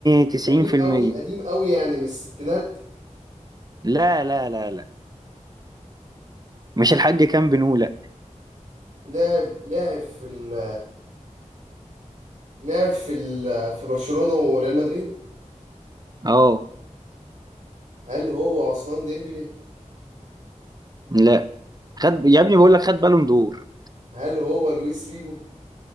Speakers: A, on the right (about 30°); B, on the right (about 70°).
A: تسعين
B: قديم
A: في المية
B: أوي قديم أوي يعني من الستينات
A: لا لا لا لا مش الحاج كان بنو لأ
B: لعب لعب في ال لعب في ال في برشلونة وريال مدريد
A: أه
B: هل هو عثمان ديمبلي
A: لأ خد يا ابني بقول لك خد بالون دور
B: هل هو لويس فيجو